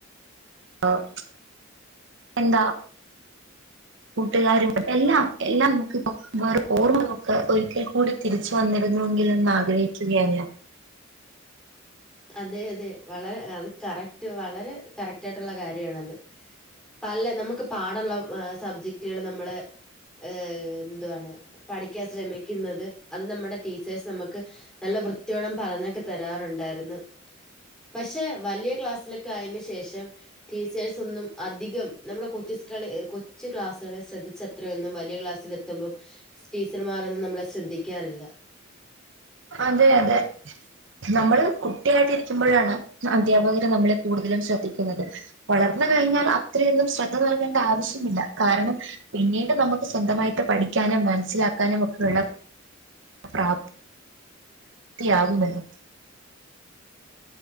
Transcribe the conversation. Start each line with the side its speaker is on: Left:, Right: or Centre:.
Right: ആഹ് എന്താ കൂട്ടുകാര് എല്ലാം എല്ലാം നമുക്ക്‌ ഇപ്പൊ വെറും ഓർമ്മകളക്കെ ഒരിക്കൽ കൂടി തിരിച്ചു വന്നിരുന്നുവെങ്കിൽ എന്നാ ആഗ്രഹിക്കുകയാണ്
Centre: അതെ അതെ വളരെ അത് കറക്റ്റ് വളരെ കറക്റ്റായിട്ടുള്ള കാര്യണത്. പല നമുക്ക് പാടള്ള സബ്ജക്ടുകൾ നമ്മള് ഏഹ് എന്തുവാണ് പഠിക്കാൻ ശ്രമിക്കുന്നത് അത് നമ്മുടെ ടീച്ചേഴ്സ് നമക്ക് നല്ല വൃത്തിയോളം പറഞ്ഞൊക്കെ തരാറുണ്ടായിരുന്നു. പക്ഷെ വലിയ ക്ലാസ്സിലൊക്കെ ആയന് ശേഷം ടീച്ചേഴ്സ് ഒന്നും അധികം നമ്മുടെ കൊച്ചിസ്കളി കൊച്ച് ക്ലാസ്സുകളെ ശ്രദ്ധിച്ചത്രയൊന്നും വലിയ ക്ലാസില് ലത്തുമ്പം ടീച്ചർമാർന്നും നമ്മളെ ശ്രദ്ധിക്കാറില്ല.
Right: അതെ അതെ നമ്മള് കുട്ടിയായിട്ട് ഇരിക്കുമ്പോഴാണ് അധ്യാപകര് നമ്മളെ കൂടുതലും ശ്രദ്ധിക്കുന്നത്. വളർന്ന് കഴിഞ്ഞാൽ അത്രയൊന്നും ശ്രദ്ധ ന ൽകേണ്ട, ആവശ്യമില്ല കാരണം പിന്നീട് നമുക്ക് സ്വന്തമായിട്ട് പഠിക്കാനും മനസ്സിലാക്കാനും ഒക്കെ ഉള്ള പ്രാപ് ത്തിയാക്കുമല്ലോ